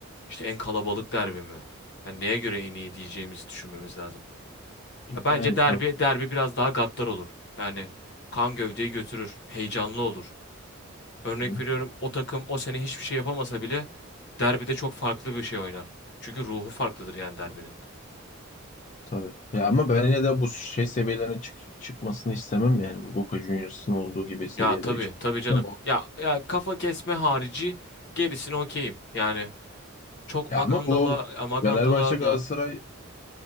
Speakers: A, on the left; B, on the left.
A: işte en kalabalık derbi mi? Yani neye göre en iyi diyeceğimizi düşünmemiz lazım. Ya bence
B: Yani
A: derbi
B: tabii.
A: derbi biraz daha gaddar olur. Yani kan gövdeyi götürür, heyecanlı olur. Örnek
B: Hı,
A: veriyorum o takım o sene hiçbir şey yapamasa bile derbide çok farklı bir şey oynar. Çünkü ruhu farklıdır yani derbinin.
B: Tabii. Ya ama ben yine de bu şey seviyelerine çık- çıkmasını istemem yani bu Boca Juniors'ın olduğu gibi seviyelere
A: Ya tabii
B: çıkmasını
A: tabii canım.
B: istemem.
A: Ya ya kafa kesme harici gerisini okeyim. Yani çok magandala
B: Ya ama bu
A: magandala
B: Fenerbahçe Galatasaray
A: da